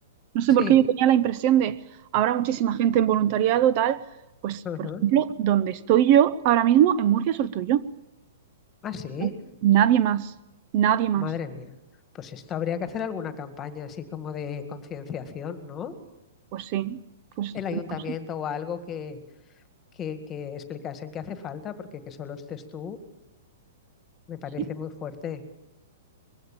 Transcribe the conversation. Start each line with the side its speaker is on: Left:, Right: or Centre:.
Right: No sé
Left: Sí.
Right: por qué yo tenía la impresión de, habrá muchísima gente en voluntariado, tal. Pues,
Left: Ajá.
Right: por ejemplo, donde estoy yo ahora mismo, en Murcia solo estoy yo.
Left: Ah, sí.
Right: No, Nadie más, nadie más.
Left: Madre mía. Pues esto habría que hacer alguna campaña así como de concienciación, ¿no?
Right: Pues sí, pues
Left: El ayuntamiento
Right: no sé,
Left: o algo que, que, que explicasen que hace falta, porque que solo estés tú me parece
Right: sí.
Left: muy fuerte.